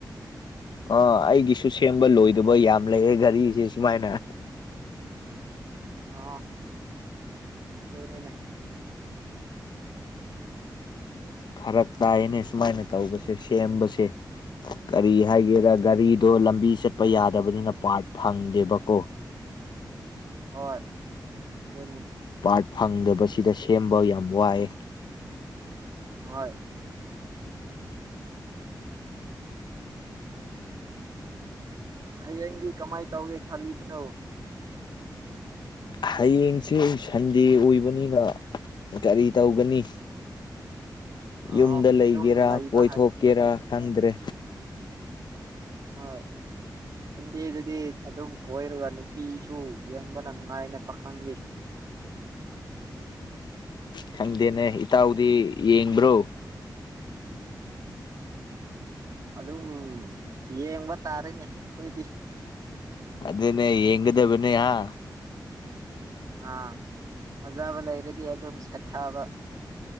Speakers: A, on the left; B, on the right.
A: ꯑꯣ ꯑꯩꯒꯤꯁꯨ ꯁꯦꯝꯕ ꯂꯣꯏꯗꯕ ꯌꯥꯝ ꯂꯩꯌꯦ ꯒꯔꯤꯁꯦ ꯁꯨꯃꯥꯏꯅ
B: ꯑꯣ ꯑꯗꯨꯅꯤꯅꯦ
A: ꯐꯔꯛ ꯇꯥꯏꯅꯦ ꯁꯨꯃꯥꯏꯅ ꯇꯧꯕꯁꯦ ꯁꯦꯝꯕꯁꯦ ꯀꯔꯤ ꯍꯥꯏꯒꯦꯔꯥ ꯒꯥꯔꯤꯗꯣ ꯂꯝꯕꯤ ꯆꯠ ꯄ ꯌꯥꯗꯕꯅꯤꯅ ꯄꯥꯔꯠ ꯐꯪꯗꯦꯕꯀꯣ
B: ꯍꯣꯏ ꯑꯗꯨꯅꯤ
A: ꯄꯥꯔꯠ ꯐꯪꯗꯕꯁꯤꯗ ꯁꯦꯝꯕ ꯌꯥꯝ ꯋꯥꯏꯌꯦ
B: ꯍꯣꯏ ꯍꯌꯦꯡꯗꯤ ꯀꯃꯥꯏ ꯇꯧꯒꯦ ꯈꯜꯂꯤꯕꯅꯣ
A: ꯍꯌꯦꯡꯁꯦ ꯁꯟꯗꯦ ꯑꯣꯏꯕꯅꯤꯅ ꯒꯔꯤ ꯇꯧꯒꯅꯤ
B: ꯑꯥꯎ
A: ꯌꯨꯝꯗ ꯂꯩꯒꯦꯔꯥ
B: ꯑꯗꯨꯝ ꯂꯩꯕ
A: ꯀꯣꯏꯊꯣꯛꯀꯦꯔꯥ
B: ꯍꯥꯏꯗꯨꯅꯤ
A: ꯈꯪꯗ꯭ꯔꯦ
B: ꯍꯣꯏ ꯁꯟꯗꯦꯗꯗꯤ ꯑꯗꯨꯝ ꯀꯣꯏꯔꯒ ꯅꯨꯄꯤꯁꯨ ꯌꯦꯡꯕꯅ ꯅꯨꯡꯉꯥꯏꯅ ꯄꯥꯈꯪꯗꯤ
A: ꯈꯪꯗꯦꯅꯦ ꯏꯇꯥꯎꯗꯤ ꯌꯦꯡꯕ꯭ꯔꯣ
B: ꯑꯗꯨꯝ ꯌꯦꯡꯕ ꯇꯥꯔꯅꯦ ꯑꯩꯈꯣꯏꯗꯤ
A: ꯑꯗꯨꯅꯦ ꯌꯦꯡꯒꯗꯕꯅꯦ ꯍꯥ
B: ꯑꯥ ꯐꯖꯥꯕ ꯂꯩꯔꯗꯤ ꯑꯗꯨꯝ ꯁꯦꯠꯊꯕ